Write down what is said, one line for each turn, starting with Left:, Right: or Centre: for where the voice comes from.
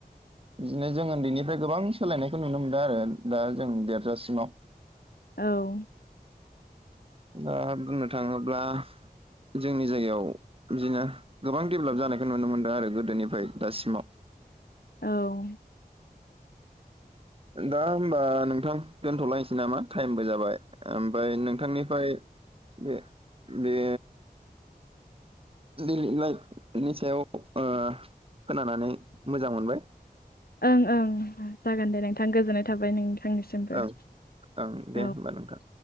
Right: बिदिनो जों उन्दैनिफ्राय गोबां सोलायनायखौ नुनो मोनदों आरो। दा जों देरजासिमाव
Left: औ
Right: दा बुंनो थाङोब्ला जोंनि जायगायाव बिदिनो गोबां दडेभेलप जानायखौ नुनो मोनदों आरो गोदोनिफ्राय दासिमाव।
Left: औ
Right: दा होमबा नोंथां दोनथ'लायनोसै नामा टाइमबो जाबाय। ओमफ्राय नोंथांनिफ्राय बे बे दैलि लाइफनि सायाव खोनानानै मोजां मोनबाय।
Left: ओं ओं जागोन दे नोंथां गोजोननाय थाबाय नोंथांनिसिमबो।
Right: ओं ओं
Left: औ
Right: दे होमबा नोंथां।